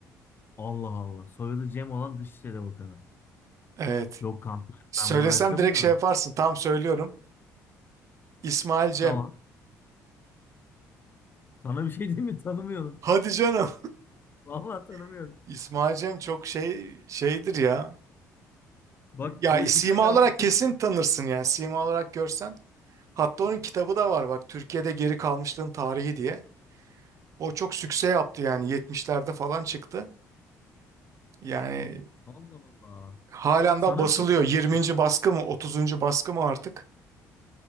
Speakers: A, on the left; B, on the right.
A: Allah Allah. Soyadı Cem olan Dışişleri Bakanı.
B: Evet.
A: Yok kanka
B: Söylesem
A: ben bunu hayatta
B: direkt
A: bilemem.
B: şey yaparsın. Tam söylüyorum. İsmail Cem.
A: Tamam. Sana bir şey diyeyim mi? Tanımıyorum.
B: Hadi canım.
A: Vallahi tanımıyorum.
B: <laughs> İsmail Cem çok şey şeydir ya.
A: Bak
B: Ya
A: politikayla
B: sima olarak
A: aram çok...
B: kesin tanırsın ya. Sima olarak görsen. Hatta onun kitabı da var bak. Türkiye'de Geri Kalmışlığın Tarihi diye. O çok sükse yaptı yani 70'lerde falan çıktı. Yani
A: Allah Allah.
B: halen
A: Sana
B: daha basılıyor.
A: bir şey söyleyeyim
B: 20.
A: mi?
B: baskı mı 30. baskı mı artık?